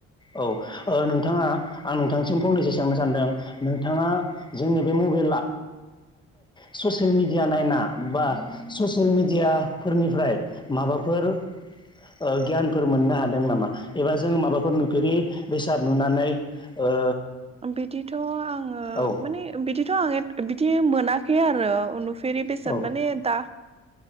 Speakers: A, on the left; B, on the right.
A: औ ओ नोंथाङा आं नोंथांसिम फंनैसो सोंनो सानदों नोंथाङा जोंनि बे मबे <unintelligible> ससियेल मिडिया नायना बा ससियेल मिडियाफोरनिफ्राय माबा फोर ओ गियानफोर मोननो हादों नामा एबा जों माबाफोर नुफेरि बेसाद नुनानै ओ
B: बिदिथ' आङो
A: औ
B: माने बिदिथ' आं बिदि मोनाखै आरो नु फिरि बेसाद
A: औ
B: माने दा